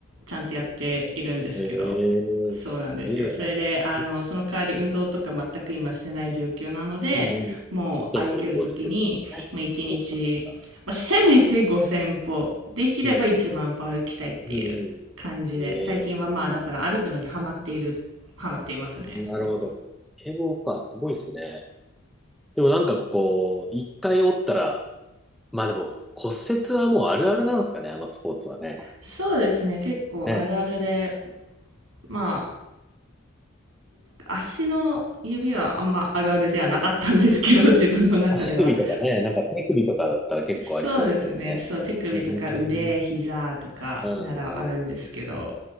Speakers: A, on the right; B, in the centre.
A: ちゃんとやっているんですけど。
B: えー、
A: そうなんですよ。
B: すげえな。
A: それで、あの、
B: うん、
A: その代わり運動とか全く今してない状況なので、
B: うん。ち
A: もう歩けるときに、
B: ょっと運動してるってことね。
A: まあ1日、
B: そっかそっか。
A: まあ、せめて5000歩、できれば1万歩歩きたいっていう感じで、
B: うん、うん、うん。ええ
A: 最近はまあだから歩くのにハマっている、ハマっていますね。
B: なるほど。
A: そう。
B: 堤防か、すごいですね。でもなんかこう、一回折ったら、まあでも骨折はもうあるあるなんですかね、あのスポーツはね。
A: そうですね。結構あるあるで、
B: ね。
A: ま足の指はあんまあるあるではなかったんですけど、<laughs> 自分の中では。
B: 足首とかね、なんか手首とかだったら結構ありそうですけどね。
A: そうですね。そう、手首とか腕、
B: うーん。
A: 膝とかならあるんですけど、
B: うん。